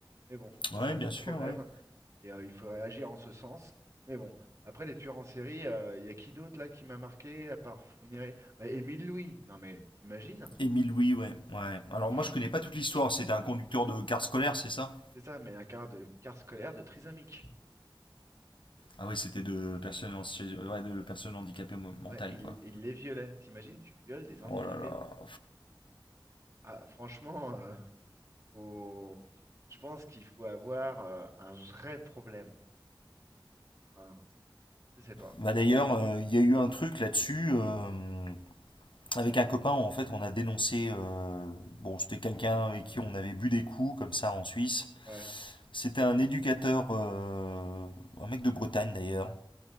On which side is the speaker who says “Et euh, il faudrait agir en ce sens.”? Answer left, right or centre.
Right